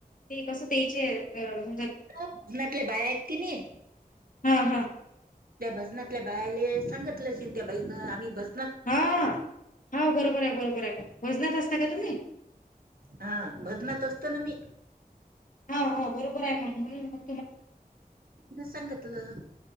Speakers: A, on the left (about 60°); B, on the right (about 70°).
A: ते कसं तेचे अ समजा
B: भजनातल्या बाया आहेत की नाही
A: हां हां
B: त्या भजनातल्या बायाले सांगितलं असेन त्या बाईनं आम्ही भज
A: हां हां बरोबर आहे बरोबर आहे भजनात असता का तुम्ही
B: हा भजनात असत ना मी.
A: हां हां बरोबर आहे म्हणून म्हण
B: न सांगितलं